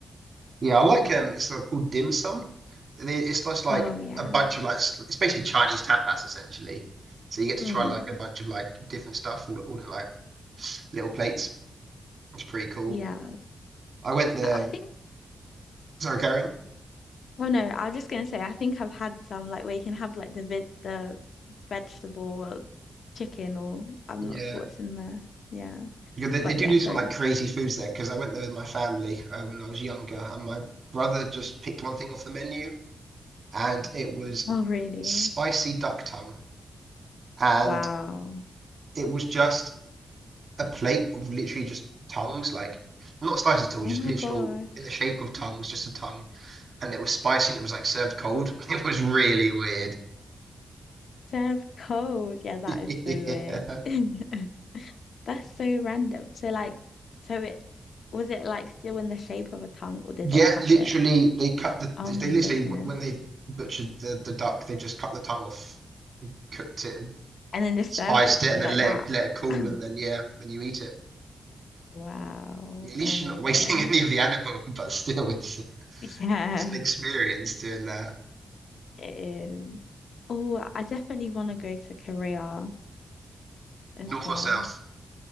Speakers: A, on the right; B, on the left.
A: Yeah, I like um, it's uh, called dim sum. They- It's just like
B: Oh yeah.
A: a bunch of like s- it's basically Chinese tapas essentially. So you get to
B: Mm,
A: try like a bunch of like different stuff all all in like little plates. It's pretty cool.
B: yeah.
A: I went there.
B: I I think
A: Sorry, carry on.
B: oh no, I was just gonna say I think I've had some like where you can have like the vi the vegetable or chicken or I'm
A: Yeah.
B: not sure what's in there. Yeah.
A: Yeah, they, they
B: But
A: do
B: yeah,
A: do
B: sorry.
A: some like crazy foods there because I went there with my family uh, when I was younger, and my brother just picked one thing off the menu, and it was
B: Oh really?
A: spicy duck tongue, and
B: Wow.
A: it was just a plate of literally just tongues, like not sliced at all,
B: Oh
A: just
B: my
A: literal
B: gosh.
A: in the shape of tongues, just a tongue, and it was spicy and it was like served cold. <laughs> It was really weird. <laughs>
B: Serve cold. Yeah, that is
A: Yeah,
B: so weird. <laughs> That's so random. So like, so it was it like still in the shape of a tongue, or did
A: Yeah,
B: they cut
A: literally,
B: it?
A: they cut the
B: Oh my
A: they literally
B: goodness.
A: when they butchered the the duck, they just cut the tongue off, cooked it, and.
B: And then just
A: spiced
B: served it to
A: it and
B: you
A: then
B: like
A: let
B: that.
A: it let it cool
B: <laughs>
A: and then yeah, then you eat it.
B: Wow.
A: At least
B: Oh
A: you're
B: my
A: not wasting
B: gosh.
A: <laughs> any of the animal, <laughs> but still, it's
B: <laughs> Yeah,
A: it's an experience doing that.
B: it is. Oh, I definitely want to go to Korea as
A: North
B: well.
A: or south?